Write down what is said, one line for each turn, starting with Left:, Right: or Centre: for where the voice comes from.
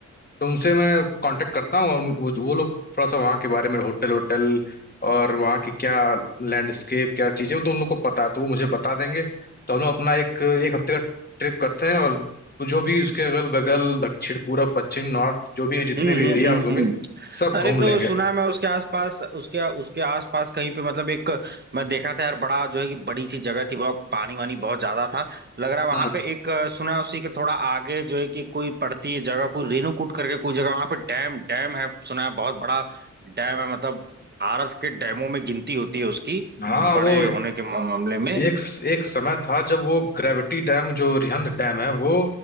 Left: तो उनसे मैं कांटेक्ट करता हूँ और उन- वो वो लोग थोड़ा सा वहाँ के बारे में होटल होटल और वहाँ की क्या लैंडस्केप क्या चीज़ें हैं, तो उन लोग को पता है तो वो मुझे बता देंगे तो हम लोग अपना एक एक हफ्ते का ट्रिप करते हैं और जो भी उसके अगल बगल दक्षिण पूरब पश्चिम नॉर्थ जो भी जितने
Right: हम्म
Left: भी
Right: हम्म
Left: एरियाज
Right: हम्म
Left: होंगे
Right: हम्म।
Left: सब
Right: अरे
Left: घूम
Right: तो
Left: लेंगे
Right: सुना है मैं उसके आसपास उसके उसके आसपास कहीं पे मतलब एक मैं देखा था यार बड़ा जो है कि बड़ी सी जगह थी बहुत पानी वानी बहुत ज्यादा था लग रहा है वहां
Left: हाँ
Right: पे एक अ, सुना है उसी के थोड़ा आगे जो है कि कोई पड़ती है जगह कोई रेणुकूट करके कोई जगह वहां पे डैम डैम है सुना है बहुत बड़ा डैम है मतलब भारत के डैमों में गिनती होती है उसकी
Left: हाँ
Right: बड़े
Left: वो
Right: होने
Left: एक
Right: के मामले में
Left: एक समय था जब वो ग्रेविटी डैम जो रिहंद डैम है वो